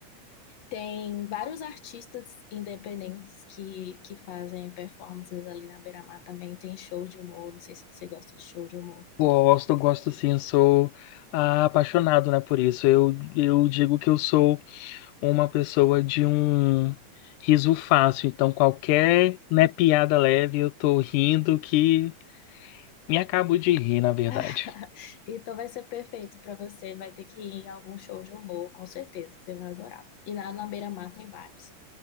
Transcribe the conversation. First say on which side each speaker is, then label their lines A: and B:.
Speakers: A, on the left; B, on the left.
A: Tem vários artistas independentes que, que fazem performances ali na Beira-Mar também. Tem show de humor, não sei se você gosta de show de humor.
B: Gosto, gosto sim, sou ah, apaixonado, né, por isso. Eu, eu digo que eu sou uma pessoa de um riso fácil. Então, qualquer, né, piada leve, eu tô rindo que me acabo de rir, na verdade.
A: <laughs> Então vai ser perfeito para você. Vai ter que ir em algum show de humor, com certeza, você vai adorar. E lá na Beira-Mar tem vários.